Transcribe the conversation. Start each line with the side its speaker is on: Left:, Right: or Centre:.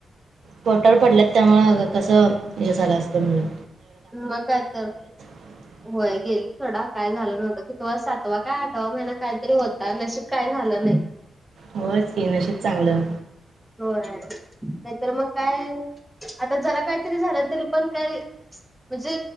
Right: पोटाळ पडल्यात त्यामुळेकसं य झालं असतं म्हूनल.
Centre: मग काय तर.
Right: ह <inaudible>
Centre: होय गेली सोडा काय झालं नव्हतं कितवा सातवा काय आठवा महिना काहीतरी होता नशीब काय झालं नाही.
Right: होच की नशिब चांगलं.
Centre: होय नाहीतर मग काय आता जरा काहीतरी झालं तरी पण काय म्हणजे